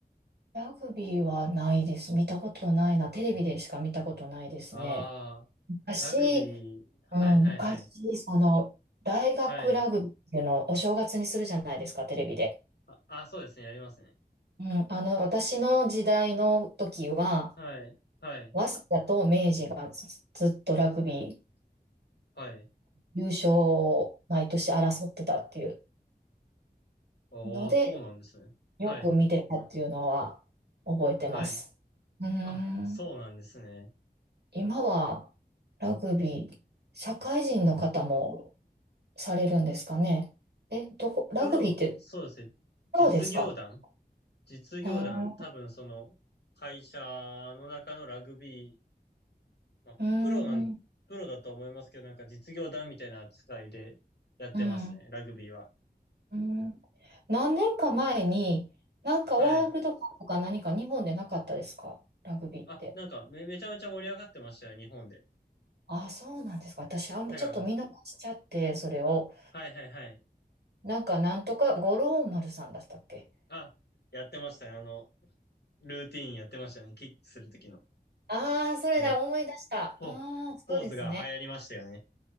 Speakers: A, on the right (about 80°); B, on the left (about 85°).
A: ラグビーはないです。見たことないな。テレビでしか見たことないですね。
B: ああ、
A: 昔、
B: ラグビー、はいはいはい。
A: うん、昔、その、大学ラグビーっていうのをお正月にするじゃないですか、
B: はい。
A: テレビで。
B: あ、あ、そうですね。やりますね。
A: うん、あの、私の時代の時は、
B: はい。はい。
A: 早稲田と明治がずずっとラグビー
B: はい。
A: 優勝を毎年争ってたっていう
B: おー、
A: ので、
B: そうなんですね。
A: よく見てたっていうのは覚えてます。
B: はい。はい。
A: うーん。
B: あ、そうなんですね。
A: 今はラグビー、社会人の方もされるんですかね。え、どこ、ラグビーって
B: プロ、そうですね。
A: プロですか
B: 実業団実業団、
A: あ
B: 多分その会社の中のラグビー、まあ、
A: ーうー
B: プロなん、
A: ん、
B: プロだと思いますけど、なんか実業団みたいな扱いでやってますね。
A: うん、
B: ラグビーは。
A: うん。何年か前に、なんかワールドカップか何か日本でなかったですかラグビーって。
B: はい。あ、なんかめ、めちゃめちゃ盛り上がってましたよ、日本で。
A: あそうなんですか。私、あんまちょっと見逃しちゃって、
B: なんか、ご
A: それを。
B: はいはいはい。
A: なんか、なんとか、五郎丸さんだったっけ
B: あ、やってましたね。あの、ルーティーンやってましたね。キックするときの。
A: ああー、それだ、
B: あの、
A: 思い出した。
B: ポ、
A: ああ、
B: ポーズが流行りましたよね。
A: そうですね。